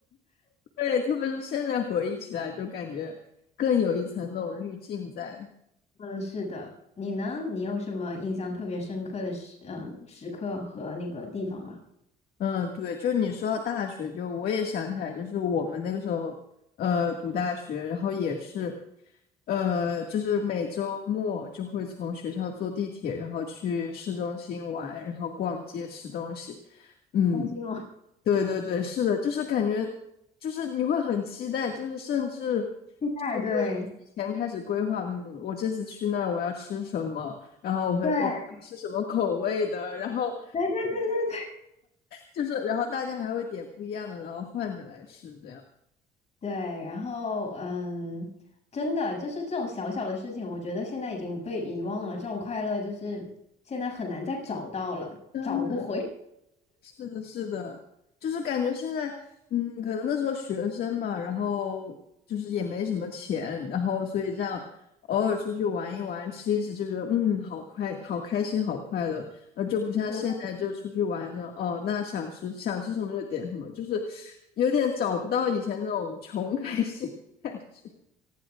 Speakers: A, on the left (about 65°); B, on the left (about 40°).
A: 对，特别是现在回忆起来，就感觉更有一层那种滤镜在。
B: 嗯，是的。你呢？你有什么印象特别深刻的时嗯时刻和那个地方吗？
A: 嗯，对，就你说到大学，就我也想起来，就是我们那个时候，呃，读大学，然后也是，呃，就是每周末就会从学校坐地铁，然后去市中心玩，然后逛街吃东西。嗯，
B: 开心哦，
A: 对对对，是的，就是感觉，就是你会很期待，就是甚至
B: <laughs> 期待，
A: 就是会提前开始规划，
B: 对
A: 嗯，我这次去那儿我要吃什么，然后我会我吃什么口味的，
B: 对
A: 然后
B: 对对对对对，
A: 就是然后大家还会点不一样的，然后换着来吃，这样
B: 对，然后嗯，真的就是这种小小的事情，我觉得现在已经被遗忘了。这种快乐就是现在很难再找到了，
A: 真的
B: 找不回。
A: 是的，是的，就是感觉现在，嗯，可能那时候学生嘛，然后就是也没什么钱，然后所以这样偶尔出去玩一玩，吃一吃，就觉得嗯，好快，好开心，好快乐，呃，就不像现在就出去玩着，
B: <laughs> 对。
A: 哦，那想吃想吃什么就点什么，就是有点找不到以前那种穷开心的感觉。